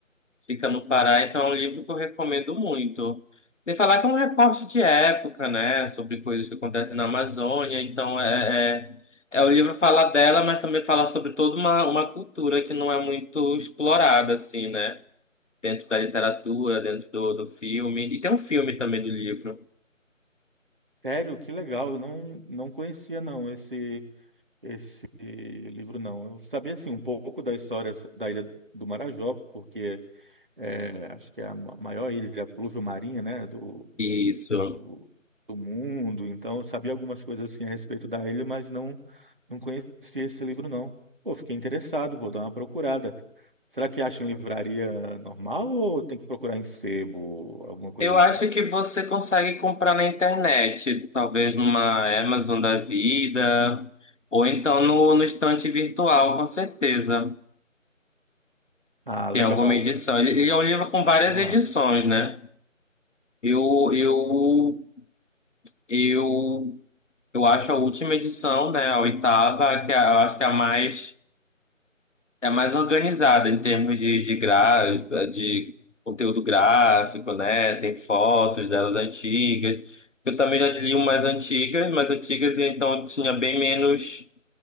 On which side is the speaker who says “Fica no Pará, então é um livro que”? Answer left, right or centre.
Left